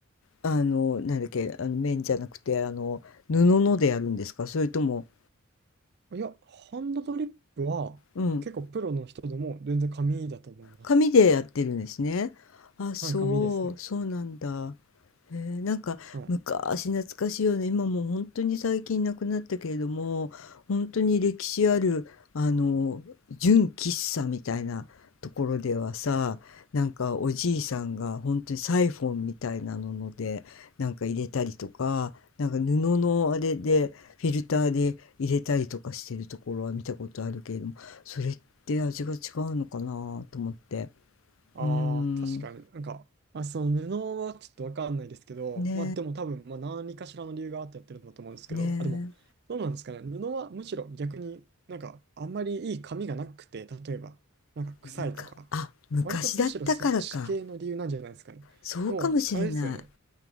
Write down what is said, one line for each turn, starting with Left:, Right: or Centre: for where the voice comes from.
Left: あの、なんだっけ、あの、綿じゃなくて、あの、布のでやるんですかそれとも、
Right: いや、ハンドドリップは結構プロの人でも全然紙だと思います。
Left: うん、紙でやってるんですね。あ、そう、
Right: はい、紙ですね。
Left: そうなんだ。へえ、なんか昔懐かしいよね。
Right: はい
Left: 今もう本当に最近なくなったけれども、本当に歴史ある、あの、純喫茶みたいなところではさ、なんかおじいさんが本当にサイフォンみたいなので、なんか入れたりとか、なんか布のあれでフィルターで入れたりとかしてるところは見たことあるけれども、それっって味が違うのかなと思って。
Right: ああ、
Left: うーん。
Right: 確かになんか、まあ、その布はちょっとわかんないですけど、
Left: ね
Right: まあでも多分、まあ何かしらの理由があってやってるんだと思うんですけど、
Left: え、ね
Right: あ、でも、どうなんですかね。布はむしろ逆になんかあんまりいい髪がなくて、例えば、なんか臭いとか、
Left: え。むか、あ、昔だったからか。
Right: 割とむしろそっち系の理由なんじゃないですかね。
Left: そうかもしれない。
Right: でも、あれですよね。